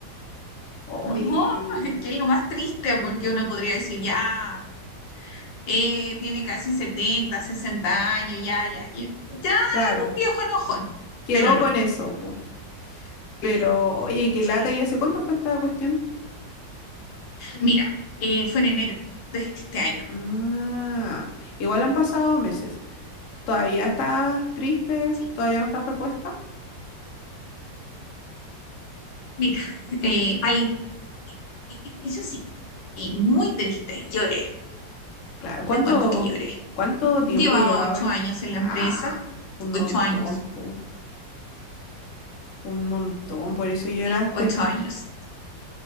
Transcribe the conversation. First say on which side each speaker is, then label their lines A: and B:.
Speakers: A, on the left; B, on the left.
A: Oye,
B: No, <laughs> que es lo más triste porque uno podría decir, ya, eh, tiene casi 70 60 años, ya, ya, y- ya es
A: claro,
B: un viejo enojón,
A: quedó
B: pero no.
A: con eso, po.
B: Sí,
A: Pero, oye, qué
B: sí.
A: lata, ¿y hace cuánto fue esta cuestión?
B: Mira, eh, fue en enero de este año.
A: Ah, igual han pasado meses. ¿Todavía estás triste?
B: Sí.
A: ¿Todavía no estás repuesta?
B: Mira, eh, al inicio sí, y muy triste, lloré.
A: Claro, ¿cuánto,
B: Te cuento que lloré.
A: cuánto tiempo
B: Llevaba
A: llevabas?
B: ocho años en la empresa,
A: Ah, un montón,
B: ocho años,
A: po, un montón, por eso lloraste.
B: sí, ocho años.